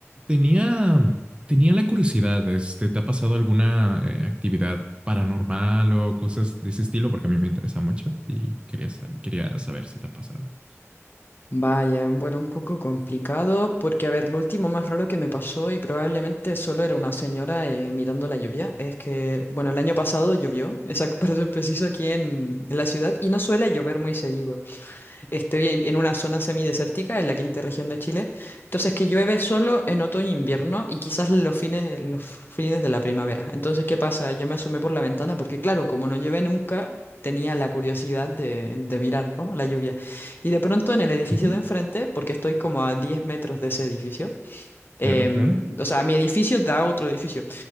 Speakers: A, on the right; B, on the left.
A: Tenía, tenía la curiosidad, este, ¿te ha pasado alguna eh, actividad paranormal o cosas de ese estilo? Porque a mí me interesa mucho y quería, sa- quería saber si te ha pasado.
B: Vaya, bueno, un poco complicado porque, a ver, lo último más raro que me pasó y probablemente solo era una señora eh, mirando la lluvia, es que, bueno, el año pasado llovió, <laughs> exacto, para ser preciso, aquí en, en la ciudad y no suele llover muy seguido estoy en en una zona semidesértica, en la quinta región de Chile. Entonces que llueve solo en otoño e invierno y quizás los fines, los fines de la primavera. Entonces, ¿qué pasa? Yo me asomé por la ventana porque, claro, como no llueve nunca, tenía la curiosidad de, de mirar, ¿no? la lluvia. Y de pronto en el edificio
A: Ujú,
B: de enfrente, porque estoy como a 10 metros de ese edificio,
A: Claro,
B: Em,
A: claro.
B: o sea, mi edificio da a otro edificio.